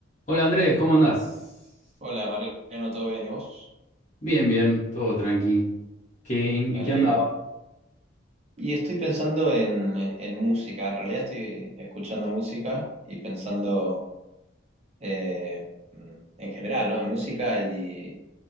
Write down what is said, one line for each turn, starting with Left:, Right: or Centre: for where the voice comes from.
Left: Hola Andrés, ¿cómo andás?
Right: Hola Mariano, ¿todo bien y vos?
Left: Bien, bien, todo tranqui. ¿Qué, en, en
Right: Me alegro.
Left: qué andabas?
Right: Y estoy pensando en, en música, en realidad estoy escuchando música y pensando eh, en general, ¿no? En música y